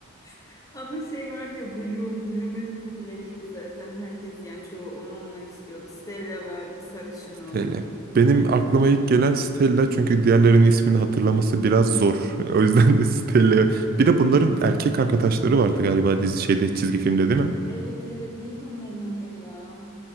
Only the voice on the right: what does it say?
Stella.
Benim aklıma ilk gelen Stella çünkü diğerlerinin ismini hatırlaması biraz zor. <laughs> O
yüzden de Stella. Bir de bunların erkek arkadaşları vardı galiba dizi şeyde çizgi filmde değil mi?